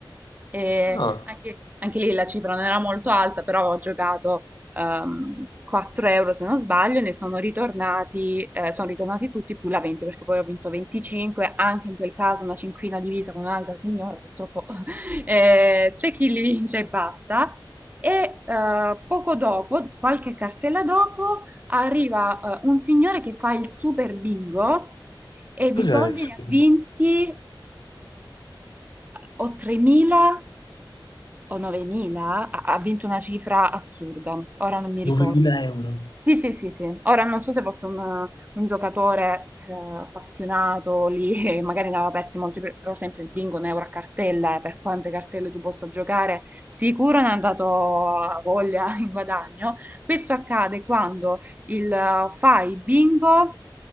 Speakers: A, on the right; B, on the left.
A: E
B: Ah,
A: anche, anche lì la cifra non era molto alta, però ho giocato ehm, 4 euro se non sbaglio, ne sono ritornati, eh, sono ritornati tutti più la 20 perché poi ho vinto 25, anche in quel caso una cinquina divisa con un'altra signora, purtroppo <laughs> eh, c'è chi li vince e basta. E eh, poco dopo, qualche cartella dopo, arriva eh, un signore che fa il super bingo e di
B: cos'è
A: soldi
B: il souvenir?
A: ne ha vinti eh, o 3.000 o 9.000, ha, ha vinto una cifra assurda, ora non mi ricordo.
B: 9.000 euro.
A: Sì, sì, sì, sì. Ora non so se fosse un, un giocatore eh, appassionato lì <laughs> e magari ne aveva persi molti, per- però sempre il bingo, un euro a cartella, eh, per quante cartelle tu possa giocare, sicuro ne ha dato a voglia <laughs> in guadagno. Questo accade quando il, eh, fai bingo